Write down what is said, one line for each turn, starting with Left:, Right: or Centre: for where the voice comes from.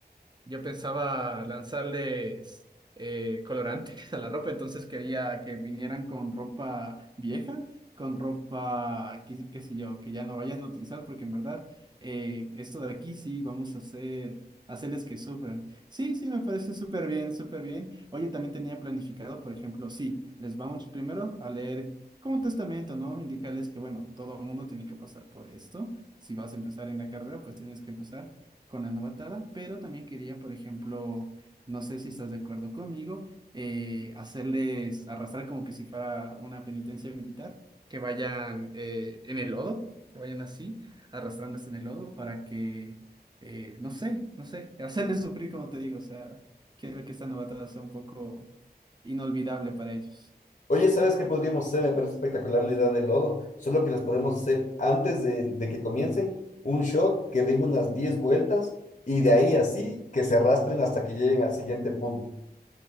Right: Yo pensaba lanzarles eh, colorantes <laughs> a la ropa, entonces quería que vinieran con ropa vieja, con ropa, qué, qué sé yo, que ya no vayan a utilizar, porque en verdad eh, esto de aquí sí vamos a hacer, hacerles que sufran. Sí, sí, me parece súper bien, súper bien. Oye, también tenía planificado, por ejemplo, sí, les vamos primero a leer como un testamento, ¿no? Indicarles que, bueno, todo el mundo tiene que pasar por esto. Si vas a empezar en la carrera, pues tienes que empezar con la novatada, pero también quería, por ejemplo, no sé si estás de acuerdo conmigo, eh, hacerles arrastrar como que si fuera una penitencia militar, que vayan eh, en el lodo, que vayan así, arrastrándose en el lodo para que, eh, no sé, no sé, <laughs> hacerles sufrir como te digo, o sea, quiero que esta novatada sea un poco inolvidable para ellos.
Left: Oye, ¿sabes qué podríamos hacer? Me parece espectacular la idea del lodo, solo que les podemos hacer antes de, de que comiencen un shot que den unas 10 vueltas y de ahí así que se arrastren hasta que lleguen al siguiente punto.